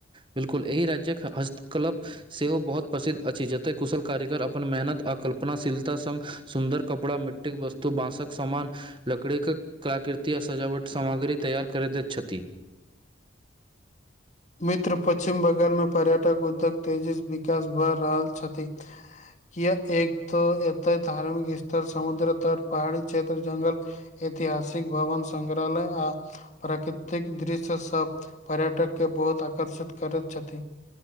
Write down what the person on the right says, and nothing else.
बिल्कुल एहि राज्य्यक हस्तकला सेहो बहुत प्रसिद्ध अछि, जतय कुशल कारीगर अपन मेहनत आ कल्पनाशीलता संग सुन्दर कपड़ा मिट मिट्टीक वस्तु, बाँंसक सामान लकड़ीे क्राक कृति आ सजावट सामग्री तैयार करैत छथि। <inaudible>